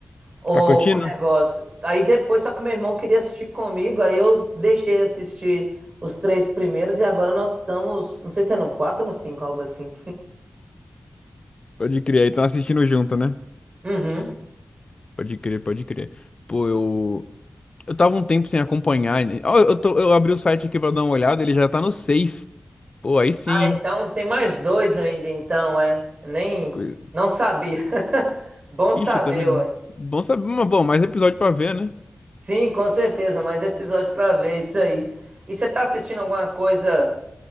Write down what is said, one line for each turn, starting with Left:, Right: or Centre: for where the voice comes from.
Right: o,
Left: Tá curtindo?
Right: o negócio. Aí depois, só que meu irmão queria assistir comigo, aí eu deixei ele assistir os três primeiros e agora nós estamos, não sei se é no quatro ou no cinco, algo assim.
Left: Pode crer. Aí estão assistindo junto, né?
Right: Uhum.
Left: Pode crer, pode crer. Pô, eu. Eu tava um tempo sem acompanhar. né? Ó, eu tô, eu abri o site aqui pra dar uma olhada, ele já tá no seis. Pô, aí sim.
Right: Ah,
Left: hein?
Right: então tem mais dois ainda, então, é. Nem,
Left: Co-
Right: não sabia. <laughs> Bom saber,
Left: Ixi, eu também
Right: ué.
Left: não. Bom saber, mas bom, mais episódio pra ver, né?
Right: Sim, com certeza, mais episódio pra ver isso aí. E você tá assistindo alguma coisa